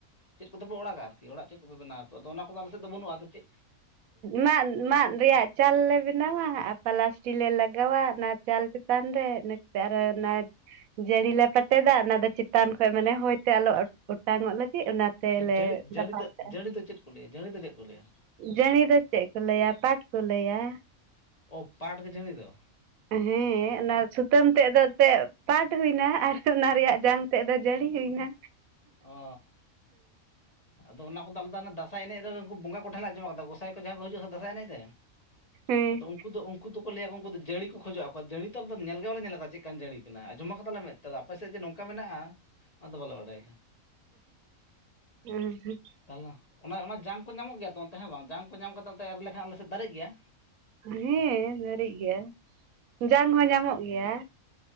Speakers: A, on the left (about 30°); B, on the right (about 75°).
A: ᱪᱮᱫ ᱠᱚᱛᱮ ᱯᱮ ᱚᱲᱟᱜᱟ ᱟᱨᱠᱤ ᱚᱲᱟᱜ ᱪᱮᱫ ᱠᱚᱯᱮ ᱵᱮᱱᱟᱣ ᱟᱯᱮ ᱟᱫᱚ ᱚᱱᱟ ᱠᱚᱫᱚ ᱟᱞᱮ ᱥᱮᱫ ᱫᱚ ᱵᱟᱹᱱᱩᱜ-ᱟ ᱟᱫᱚ ᱪᱮᱫ
B: ᱢᱟᱱ ᱢᱟᱱ ᱨᱮᱭᱟᱜ ᱪᱟᱞ ᱞᱮ ᱵᱮᱱᱟᱣᱟ ᱟᱨ ᱯᱟᱞᱟᱥᱴᱤ ᱞᱮ ᱞᱟᱜᱟᱣᱟ ᱚᱱᱟ ᱪᱟᱞ ᱪᱮᱛᱟᱱ ᱨᱮ ᱤᱱᱟᱹ ᱠᱟᱛᱮ ᱟᱨᱦᱚᱸ ᱚᱱᱟ ᱡᱟᱸᱲᱤ ᱞᱮ ᱯᱟᱴᱮᱫᱟ ᱚᱱᱟ ᱫᱚ ᱪᱮᱛᱟᱱ ᱠᱷᱚᱡ ᱢᱟᱱᱮ ᱦᱚᱭ ᱛᱮ ᱟᱞᱚ ᱚᱴᱟᱝ ᱚᱜ ᱞᱟᱹᱜᱤᱫ ᱚᱱᱟ ᱛᱮᱞᱮ
A: ᱚᱱᱟ ᱡᱟᱹᱲᱤ ᱡᱟᱹᱲᱤ
B: ᱫᱟᱯᱟᱞ
A: ᱫᱚ
B: ᱠᱟᱜᱼᱟ
A: ᱡᱟᱹᱲᱤ ᱫᱚ ᱪᱮᱫ ᱠᱚ ᱞᱟᱹᱭᱟ ᱡᱟᱹᱲᱤ ᱫᱚ ᱪᱮᱫ ᱠᱚ ᱞᱟᱹᱭᱟ
B: ᱡᱟᱹᱲᱤ ᱫᱚ ᱪᱮᱫ ᱠᱚ ᱞᱟᱹᱭᱟ ᱯᱟᱴ ᱠᱚ ᱞᱟᱹᱭᱟ
A: ᱚ ᱯᱟᱴ ᱜᱮ ᱡᱟᱹᱲᱤ ᱫᱚ
B: ᱦᱮᱸ ᱚᱱᱟ ᱥᱩᱛᱟᱹᱢ ᱛᱮᱫ ᱫᱚ ᱮᱱᱛᱮ ᱯᱟᱴ ᱦᱩᱭ ᱮᱱᱟ ᱟᱨ ᱚᱱᱟ ᱨᱮᱭᱟᱜ ᱡᱟᱝ ᱛᱮᱫ ᱫᱚ ᱡᱟᱸᱲᱤ ᱦᱩᱭ ᱱᱟ
A: ᱚ ᱟᱫᱚ ᱚᱱᱟ ᱠᱚᱫᱚ ᱟᱞᱮᱫᱚ ᱚᱱᱟ ᱫᱟᱥᱟᱭ ᱮᱱᱮᱡ ᱨᱮ ᱩᱱᱠᱩ ᱵᱚᱸᱜᱟ ᱠᱚᱷᱮᱱ ᱞᱮ ᱟᱡᱚᱢ ᱟᱠᱟᱫᱟ ᱜᱚᱸᱥᱟᱭ ᱠᱚ ᱡᱟᱦᱟ ᱦᱤᱡᱩᱜᱼᱟ ᱫᱟᱸᱟᱭ ᱮᱱᱮᱡ ᱨᱮ <inaudible>
B: ᱦᱮᱸ
A: ᱟᱫᱚ ᱩᱱᱠᱩ ᱫᱚ ᱩᱱᱠᱩ ᱫᱚᱠᱚ ᱞᱟᱹᱭᱟ ᱩᱱᱠᱩ ᱫᱚ ᱡᱟᱹᱲᱤ ᱠᱚ ᱠᱷᱚᱡᱚᱜ ᱟᱠᱚ ᱡᱟᱹᱲᱤ ᱛᱚ ᱟᱞᱫᱚ ᱧᱮᱞ ᱜᱮ ᱵᱟᱞᱮ ᱧᱮᱞ ᱟᱠᱟᱫᱟ ᱪᱮᱫᱠᱟᱱ ᱡᱟᱹᱲᱤ ᱦᱮᱱᱟᱜ-ᱟ ᱟᱸᱡᱚᱢᱟ ᱠᱟᱫᱟᱞᱮ ᱢᱮᱫ ᱛᱮᱫ ᱫᱚ ᱟᱯᱮᱥᱮᱫ ᱡᱮ ᱱᱚᱝᱠᱟ ᱢᱮᱱᱟᱜᱼᱟ ᱚᱱᱟᱫᱚ ᱵᱟᱞᱮ ᱵᱟᱰᱟᱭᱟ
B: ᱦᱚᱸᱦᱚᱸᱦᱩᱸ
A: ᱛᱟᱦᱚᱞᱮ ᱚᱱᱮ ᱚᱱᱟ ᱡᱟᱝ ᱠᱚ ᱧᱟᱢᱚᱜ ᱜᱮᱭᱟ ᱱᱚᱛᱮ ᱦᱮᱸ ᱵᱟᱝ ᱡᱟᱝ ᱠᱚ ᱧᱟᱢ ᱠᱟᱛᱮᱫ ᱱᱚᱛᱮ ᱮᱨ ᱞᱮᱠᱷᱟᱱ ᱟᱞᱮ ᱥᱮᱫ ᱫᱟᱨᱮᱜ ᱜᱮᱭᱟ᱾
B: ᱦᱮᱸ ᱱᱟᱲᱤᱜ ᱜᱮᱭᱟ ᱡᱟᱝ ᱦᱚᱸ ᱧᱟᱢᱚᱜ ᱜᱮᱭᱟ᱾